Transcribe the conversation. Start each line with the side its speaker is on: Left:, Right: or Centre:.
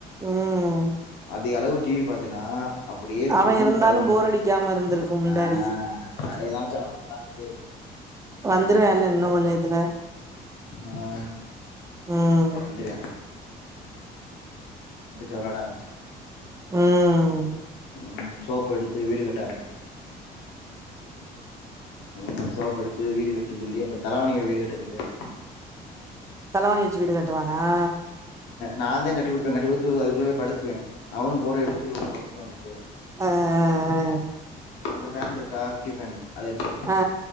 Right: ம்
Left: அதிகளவு டி வி பாத்தின்னா அப்படியே கிர்ருனு
Right: அவ இருந்தாலு
Left: தலவலி
Right: போர்
Left: வந்துடு
Right: அடிக்காம இருந்திருக்கு முன்னாடி
Left: ஆ ஏதாச்சு அவங்களோ விளாண்டுக்கிட்டே இருப்பே சேரி
Right: வந்துருவேன்ல
Left: இப்போ
Right: இன்னு
Left: பாப்போ
Right: கொஞ்ச நேரத்துல
Left: ஆ
Right: ம்
Left: வந்திருயா வந்துட்டு வெளயாட ஆரமுச்சுரு
Right: ம்
Left: உ சோப்ப எடுத்து வீடு கட்ட ஆரம்ப்சிடு உ சோப்படுத்து வீடு கட்டன்னு சொல்லி அப்புற தலவாணில வீடு கட்ட சொல்லுவ
Right: தலவானி வச்சு வீடு கட்டுவா ஆ
Left: நாந்தா கட்டி கொடுப்பே கட்டி கொடுத்து அதுக்குள்ள போய் படுத்துக்குவே அவனும் போர்வய போத்திட்டு உள்ள ப பாருக்கு
Right: ஆ ஆ ஆ
Left: அந்த ஃபேன் இருக்கா குட்டி ஃபேன் அத எடுத்து வெச்சுக்குங்க
Right: அ அ